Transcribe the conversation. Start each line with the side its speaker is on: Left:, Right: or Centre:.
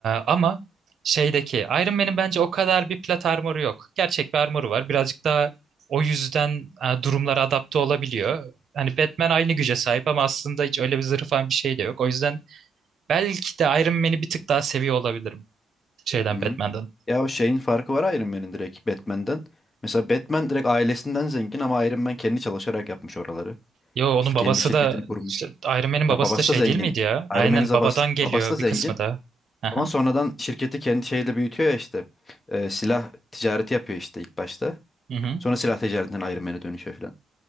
Right: ama şeydeki Iron Man'in bence o kadar bir plat armoru yok. Gerçek bir armoru var. Birazcık daha o yüzden e, durumlara adapte olabiliyor. Hani Batman aynı güce sahip ama aslında hiç öyle bir zırhı falan bir şey de yok. O yüzden belki de Iron Man'i bir tık daha seviyor olabilirim şeyden
Left: Hı hı.
Right: Batman'dan.
Left: Ya o şeyin farkı var Iron Man'in direkt Batman'den. Mesela Batman direkt ailesinden zengin ama Iron Man kendi çalışarak yapmış oraları.
Right: Yo onun
Left: İşte
Right: babası
Left: kendi şirketini
Right: da
Left: kurmuş.
Right: işte Iron Man'in babası
Left: Ya babası
Right: da şey
Left: da zengin.
Right: değil miydi ya? Aynen
Left: Iron Man'in zabas-
Right: babadan
Left: babası
Right: geliyor
Left: da zengin.
Right: bir kısmı da. Aha.
Left: Ama sonradan şirketi kendi şeyle büyütüyor ya işte. Ee, silah ticareti yapıyor işte ilk başta.
Right: Hı hı.
Left: Sonra silah ticaretinden Iron Man'e dönüşüyor falan.